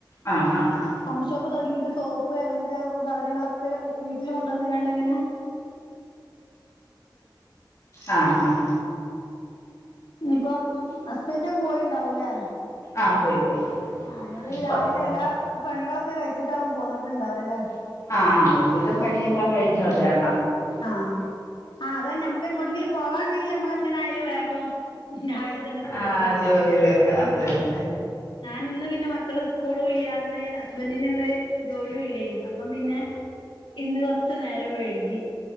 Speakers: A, on the left (about 40°); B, on the left (about 85°).
A: ആഹ്‌ ആഹ് ആഹ്
B: ഹോം ഷോപ്പ് തുടങ്ങിട്ട് സോപ്പ് അങ്ങനത്തെ സാധനങ്ങളൊക്കെ വീട്ടിൽ കൊണ്ടുവന്ന കാണ്ടിങ്ങനെ
A: ആ ആഹ്
B: ഇഞ്ഞിപ്പൊ ഹസ്ബന്റും പോയിണ്ടാവൂല്ലേ?
A: ആ പോയി പോയി
B: ആ അതിനോടൊരു രാവിലെ
A: പത്ത്
B: എല്ലാ പണികളൊക്കെ കഴിച്ചിട്ടാവും പോന്നിട്ടുണ്ടാവും അല്ലേ
A: ആഹ് ആ ഒരു വിധം പണിയെല്ലാം കഴിഞ്ഞു അത് കാരണം
B: ആഹ് ആഹ് അതന്നെ നമുക്ക് എങ്ങോടെങ്കില പോവാണ്ടെങ്കിൽ നമ്മള എങ്ങനൊയാലും വേഗോം രാവിലെ തന്നെ തീർക്കല്ല
A: ആഹ് ജോലി തീർക്ക അത് തന്നെ
B: ഞാൻ ഇന്ന് പിന്നെ മക്കള് സ്കൂളും ഇല്ലന്ന് ഹസ്ബൻറി നിന്ന് ജോലിയും ഇല്ലേനി അപ്പം പിന്നെ ഇന്ന് കൊറച്ചു നേരം വഴുകി